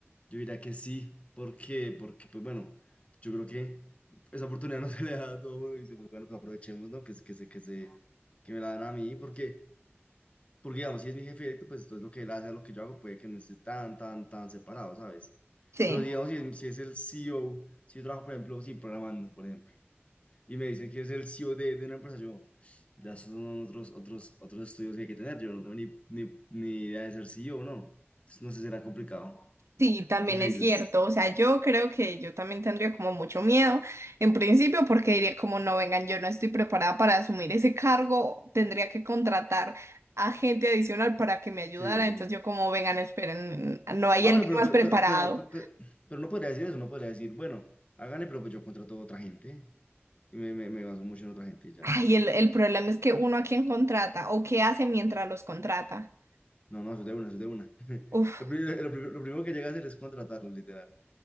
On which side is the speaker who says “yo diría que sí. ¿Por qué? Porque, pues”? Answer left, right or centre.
Left